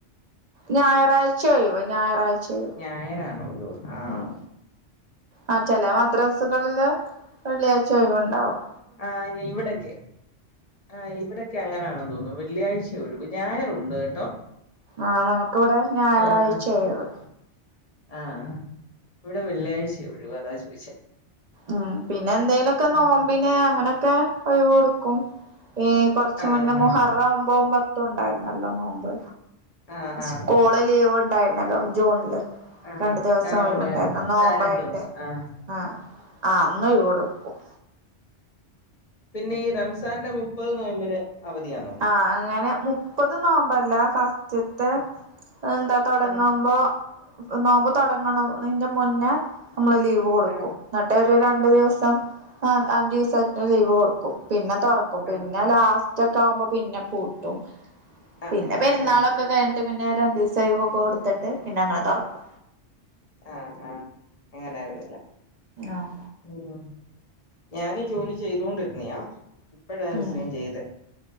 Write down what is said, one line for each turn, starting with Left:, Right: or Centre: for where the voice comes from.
Right: ഞായറാഴ്ച്ച ഒഴിവ് ഞായറാഴ്ച്ച ഒഴിവ്
Left: ഞായറാണ് ഒഴിവ് ആഹ്
Right: ഉം ആഹ് ചെല മദ്രസകളില് വെള്ളിയാഴ്ച്ച ഒഴിവെണ്ടാവും
Left: ആഹ് ഇവിടൊക്കെ ആഹ് ഇവിടെ ക്കങ്ങനാണെന്ന് തോന്നുന്നു വെള്ളിയാഴ്ച്ചാ ഒഴിവ് ഞായറുണ്ട് കേട്ടോ
Right: ആഹ് നമു‌ക്കിവിടെ ഞായറാഴ്ച്ച
Left: ആഹ് ആഹ്
Right: ഒഴിവ്
Left: ആഹ് ഇവിടെ വെള്ളിയാഴ്ച്ചയ ഒഴിവ് അതാ ചോദിച്ചേ
Right: ഉം പിന്നെ എന്തേലൊക്കെ
Left: ആഹ്
Right: നോമ്പിന് അങ്ങനൊക്കെ ഒഴിവ് കൊടുക്കും ഈ കൊറച്ച്
Left: ആഹ്
Right: മുന്നേ മുഹറം ഒമ്പും പത്തും ഉണ്ടായിരുന്നല്ലോ നോമ്പ്
Left: ആഹ്
Right: സ്കൂളി
Left: ആഹ്
Right: ലീവ് ഉണ്ടായിരുന്നല്ലോ ജൂണില്
Left: ആഹ്
Right: രണ്ടു ദിവസം
Left: ആഹ്
Right: ഒഴിവുണ്ടായിരുന്നു
Left: ഉണ്ടായിരുന്നു
Right: നോമ്പായിട്ട്
Left: ആഹ് രണ്ടു ദിവസം ആഹ്
Right: ആഹ് ആഹ് അന്ന് ഒഴിവ് കൊടുക്കും
Left: പിന്നെ ഈ റംസാന്റെ മുപ്പത് നോമ്പിന് അവധിയാന്നോ
Right: ആഹ് അങ്ങനെ മുപ്പത് നോമ്പല്ല ഫസ്റ്റ്ത്തെ എന്താ തൊടങ്ങുമ്പോ
Left: ആഹ്
Right: നോമ്പ് തൊടങ്ങണന്റെ മുന്നേ നമ്മള് ലീവ് കൊടുക്കും
Left: ആഹ്
Right: എന്നട്ടൊരു രണ്ടു ദിവസം ആഹ് അഞ്ചു ദിവസം ലീവ് കൊടുക്കും പിന്നെ തൊറക്കും പിന്നെ
Left: ആഹ്
Right: ലാസ്റ്റൊക്കെ ആകുമ്പോ പിന്നെ പൂട്ടും
Left: ആന്നോ
Right: പിന്നെ പെരുന്നാളൊ
Left: ആഹ്
Right: ക്കെ കഴിഞ്ഞട്ട് പിന്നെ രണ്ടൂസം ഒഴിവൊക്കെ കൊടുത്തിട്ട് പിന്നങ്ങനെ തൊറക്കും
Left: ആഹ് ആഹ് അങ്ങനായിരുന്നല്ലെ
Right: ആഹ്
Left: ഉവ്വാ ഞാനി ജോലി ചെയ്തോണ്ടിരുന്നയാ ഇപ്പഴാ റിസേയ്ൻ
Right: ഉം
Left: ചെയ്തെ